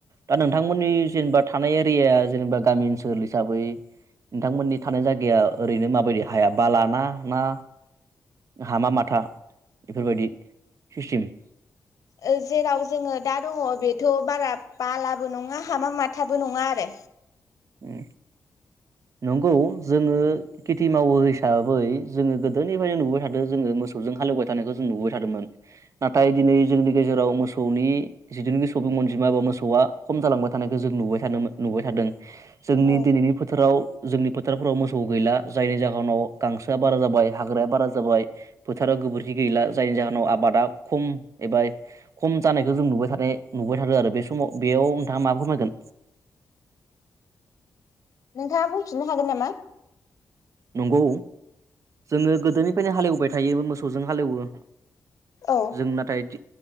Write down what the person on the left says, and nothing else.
ओ जेराव जोङो दा दङ बेथ बारा बालाबो नङा हामा माथाबो नङा आरो
औ
नोंथाङा बुंफिननो हागोन नामा?
औ